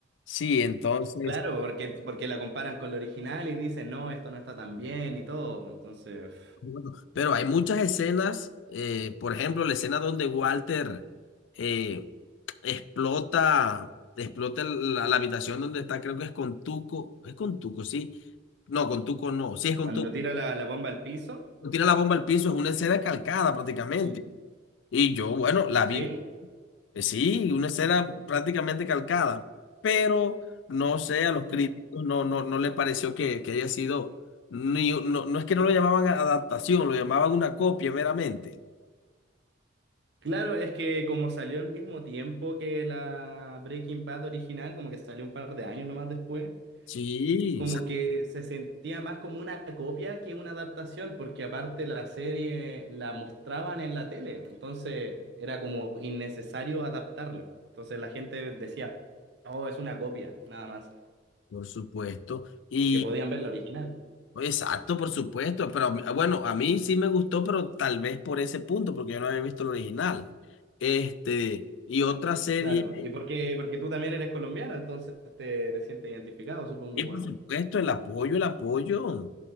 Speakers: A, on the left; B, on the right.
A: Sí, entonces,
B: claro, porque, porque la comparan con la original y dicen, no, esto no está tan bien y todo. Entonces, uf,
A: bueno, pero hay muchas escenas, eh, por ejemplo, la escena donde Walter... eh, explota, explota el- la, la habitación donde está, creo que es con Tuco, es con Tuco, sí, no, con Tuco no, sí es con
B: cuando
A: Tuco,
B: tira la, la bomba al piso,
A: tira la bomba al piso, es una escena calcada prácticamente,
B: Sí.
A: y yo, bueno, la
B: ¿sí?
A: vi, eh, sí, una escena prácticamente calcada, pero no sé, a los
B: Mira.
A: críticos no, no, no le pareció que, que haya sido, ni, no, no es que no lo llamaban adaptación, lo llamaban una copia meramente,
B: Claro, es que como salió al mismo tiempo que la Breaking Bad original, como que salió un par de años nomás después,
A: sí,
B: como
A: sa-
B: que se sentía más como una copia que una adaptación, porque aparte la serie la mostraban en la tele, entonces era como innecesario adaptarlo. Entonces la gente decía, oh, es una copia, nada más,
A: por supuesto, y
B: porque podían ver la original.
A: Exacto, por supuesto, pero a mí- ah, bueno, a mí sí me gustó, pero tal vez por ese punto, porque yo no había visto el original. Este, y otra serie,
B: Claro, y porque, porque tú también eres colombiana, entonces te, te sientes identificado, supongo
A: y
B: igual.
A: por supuesto, el apoyo, el apoyo,